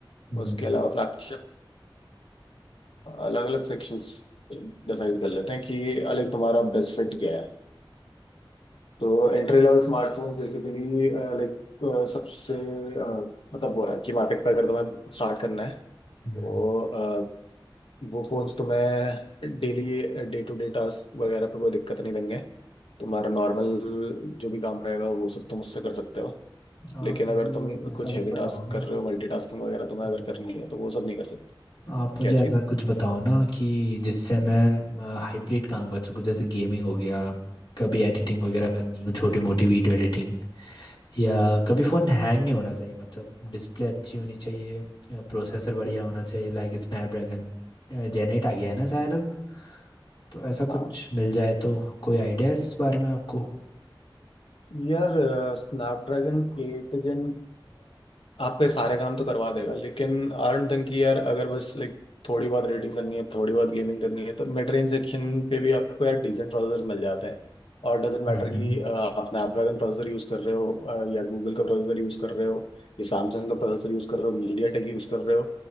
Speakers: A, on the left; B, on the left.
A: हम्म,
B: उसके अलावा फ्लैगशिप अलग अलग सेक्शंस डिसाइड कर लेते हैं कि अलग तुम्हारा बेस्ट फिट क्या है तो entry level smartphone basically like सबसे uh, मतलब वो है कि मार्केट पे अगर तुम्हें स्टार्ट करना है
A: हम्म।
B: तो uh, वो फोन्स तुम्हें daily day to day task वगैरह पे कोई दिक्कत नहीं देंगे तुम्हारा नॉर्मल जो भी काम रहेगा वो सब तुम उससे कर सकते हो
A: आप
B: लेकिन
A: मुझे
B: अगर तुम कुछ
A: ऐसा
B: हैवी
A: कुछ बताओ
B: टास्क
A: ना
B: कर रहे हो मल्टीटास्किंग वगैरह तुम्हें
A: हम्म।
B: अगर करनी है तो वो सब नहीं कर सकते
A: आप मुझे
B: क्या चीज़
A: ऐसा कुछ बताओ ना कि जिससे मैं हाइब्रिड काम कर सकूं जैसे गेमिंग हो गया कभी एडिटिंग वगैरह करनी हो छोटी मोटी वीडियो एडिटिंग या कभी फ़ोन हैंग नहीं होना चाहिए मतलब डिस्प्ले अच्छी होनी चाहिए या प्रोसेसर बढ़िया होना चाहिए लाइक स्नैपड्रैगन जेन एट आ गया है ना शायद अब तो ऐसा
B: हाँ
A: कुछ मिल जाए तो कोई आइडिया है इस बारे में आपको
B: यार स्नैपड्रैगन एट जन आपके सारे काम तो करवा देगा लेकिन आई डोंट थिंक कि यार अगर बस लाइक थोड़ी बहुत रेडिंग करनी है थोड़ी बहुत गेमिंग करनी है तो मिड रेंज सेक्शन पे भी आपको यार डिसेंट प्रोसेसर मिल जाते हैं और डजेंट
A: हम्म
B: मैटर कि अ, आप स्नैपड्रैगन प्रोसेसर यूज कर रहे हो अ, या गूगल का प्रोसेसर यूज कर रहे हो या सैमसंग का प्रोसेसर यूज कर रहे हो मीडिया टेक यूज कर रहे हो